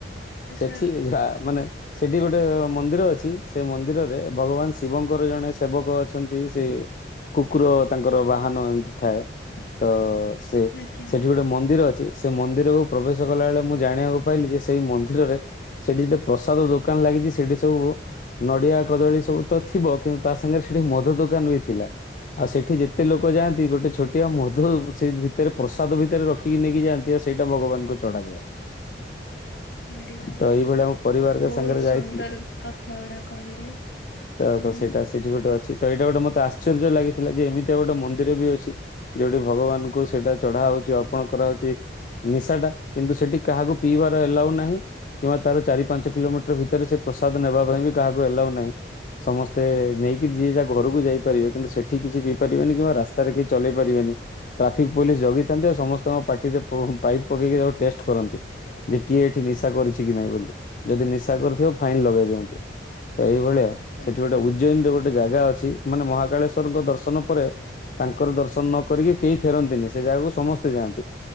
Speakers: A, on the left; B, on the left.
A: ଆଚ୍ଛା
B: ସେଠି ଯ ମାନେ ସେଠି ଗୋଟେ ମନ୍ଦିର ଅଛି ସେ ମନ୍ଦିରରେ ଭଗବାନ ଶିବଙ୍କର ଜଣେ ସେବକ ଅଛନ୍ତି ସେ କୁକୁର ତାଙ୍କର ବାହାନ ଏମ ଥାଏ ତ ସେ
A: ଆଜ୍ଞା
B: ସେଠି ଗୋଟେ ମନ୍ଦିର ଅଛି। ସେ ମନ୍ଦିରକୁୁ ପ୍ରବେଶ କଲା ବଳେ ମୁଁ ଜାଣିବାକୁ ପାଇଲି ଯେ ସେଇ ମନ୍ଦିରରେ ସେଠି ଯେତେ ପ୍ରସାଦ ଦୋକାନ ଲାଗ ଲାଗଚି ସେଠି ସବୁ ନଡିଆ କଦଳୀ ସବୁ ତ ଥିବ କିନ୍ତୁ ତା ସାଙ୍ଗରେ ସେଠି ମଦ ଦୋକାନ ବି ଥିଲା। ଆଉ ସେଠି ଯେ କେତେ ଲୋକ ଯାଆନ୍ତି, ଗୋଟେ ଛୋଟିଆ ମଧୁ ସେ ଭିତରେ ପ୍ରସାଦ ଭିତରେ ରଖିକି ନେଇକି ଯାଆନ୍ତି, ଆଉ ସେଇଟା ଭଗବାନଙ୍କୁ ଚଡାଯାଏ।
A: ଆରେ ବା
B: ତ ଏଇଭଳିଆ ଆମ ପରିବାରଙ୍କ
A: ବହୁତ
B: ସାଙ୍ଗରେ
A: ସୁନ୍ଦର
B: ଯାଇଥିଲୁ
A: କଥା ଗୁଡା କହିଲେ
B: ତ
A: ହୁଁ
B: ସେଇଟା ସେଠି ଗୋଟେ ଅଛି ତ ଏଇଟା ଗୋଟେ ମତେ ଆଶ୍ଚର୍ଯ୍ୟ ଲାଗିଥିଲା, ଯେ ଏମିତି ଏ ଗୋଟେ ମନ୍ଦିର ବି ଅଛି, ଯୋଉଠି ଭଗବାନଙ୍କୁ ସେଇଟା ଚଢା ହଉଛି ଅର୍ପଣ କରାହେଉଛି, ନିଶାଟା କିନ୍ତୁ ସେଠି କାହାକୁ ପିଇବାର ଏଲାଉ ନାହିଁ କିମ୍ବା ତାର ଚାରି ପାଞ୍ଚ କିଲୋମିଟର ଭିତରେ ସେ ପ୍ରସାଦ ନେବା ବି କାହାକୁ ହେଲାଉ ନାହିଁ, ସମସ୍ତେ ନେଇକି ଯିଏ ଯାହା ଘରକୁ ଯାଇପାରିବେ କିନ୍ତୁ ସେଠି କିଛି ରାସ୍ତାରେ ଚଳେଇ ପାରିବେନି, ଟ୍ରାଫିକ ପୋଲିସ ଜଗିଥାନ୍ତି ଆଉ ସମସ୍ତଙ୍କ ପାଟିରେ ପାଇ ଟ କରନ୍ତି ଯେ କିଏ ଏଠି ନିଶା କରିଛି କି ନାଇଁ ବୋଲି ଯଦି ନିଶା କରିଥିବ, ଫାଇନ ଲଗେଇ ଦିଅନ୍ତି। ତ ଏଇଭଳିଆ ସେଠି
A: ଆଜ୍ଞା
B: ଗୋଟେ ଉଜ୍ଜୟନରେ ଗୋଟେ ଜାଗା ଅଛି, ମାନେ ମହାକାଳେଶ୍ଵରଙ୍କ ଦର୍ଶନ ତାଙ୍କର ଦର୍ଶନ ନ କରିକି କେହି ଫେରନ୍ତିନି ସେ ଜାଗାକୁ ସମସ୍ତେ ଯାଆନ୍ତି।